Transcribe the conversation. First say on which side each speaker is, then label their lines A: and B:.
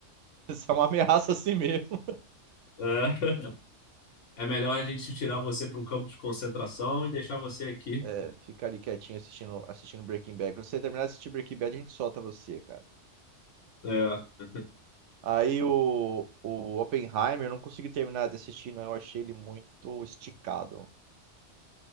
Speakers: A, on the right (about 75°); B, on the left (about 80°).
A: <laughs> Isso é uma ameaça assim mesmo.
B: É, é melhor a gente tirar você para um campo de concentração e deixar você aqui.
A: É, fica ali quietinho assistindo, assistindo Breaking Bad. Quando você terminar de assistir Breaking Bad, a gente solta você, cara.
B: É,
A: Aí o, o Oppenheimer, eu não consegui terminar de assistir, não. Eu achei ele muito esticado.